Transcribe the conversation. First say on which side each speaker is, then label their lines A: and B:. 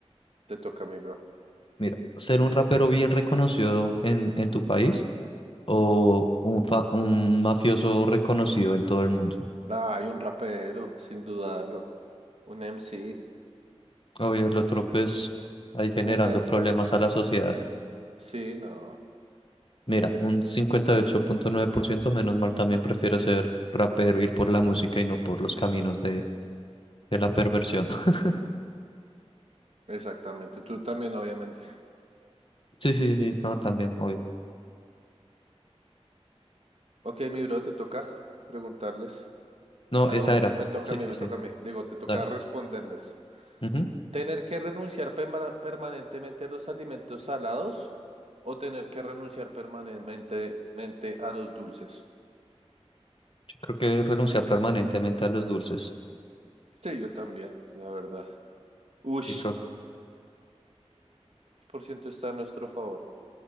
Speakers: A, on the right; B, on the left.
A: te toca a mí, bro.
B: Mira, ser un rapero bien reconocido en, en tu país o un, fa- un mafioso reconocido en todo el mundo.
A: Ah, hay un rapero, sin dudarlo. Un MC,
B: Obvio, el otro pues ahí generando
A: un gangster,
B: problemas
A: no.
B: a la sociedad.
A: Sí, no.
B: Mira, un cincuenta y ocho punto nueve por ciento menos mal también prefiere ser rapero, ir por la música y no por los caminos de... de la perversión. <laughs>
A: Exactamente. Tú también, obviamente.
B: Sí, sí, sí, no, también, obvio.
A: Ok, mi bro, te toca preguntarles.
B: No,
A: Ah,
B: esa
A: no,
B: era.
A: me toca
B: Sí,
A: a mí,
B: sí,
A: me
B: sí,
A: toca a mí. Digo, te toca
B: dale.
A: responderles.
B: Ujú.
A: ¿Tener que renunciar perma- permanentemente a los alimentos salados o tener que renunciar permanentemente a los dulces?
B: Yo creo que renunciar permanentemente a los dulces.
A: Sí, yo también, la verdad. Ush,
B: Y creo que
A: ciento está a nuestro favor.